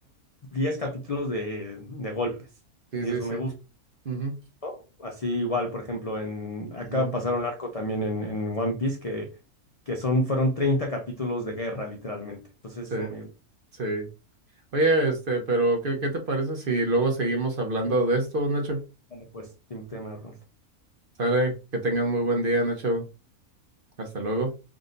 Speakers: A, on the left (about 55°); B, on the right (about 45°).
A: 10 capítulos de, de golpes.
B: sí,
A: Y
B: sí,
A: eso
B: sí.
A: me gusta.
B: Ujú,
A: ¿no? Así igual, por ejemplo, en acaba
B: ujú.
A: pasar un arco también en, en One Piece que, que son, fueron 30 capítulos de guerra, literalmente. Entonces,
B: Sí,
A: eso me...
B: sí. Oye, este, pero ¿qué, qué te parece si luego seguimos hablando de esto, Nacho?
A: Vale, pues, sin tema, Arnold.
B: Sale, que tengas muy buen día, Nacho. Hasta luego.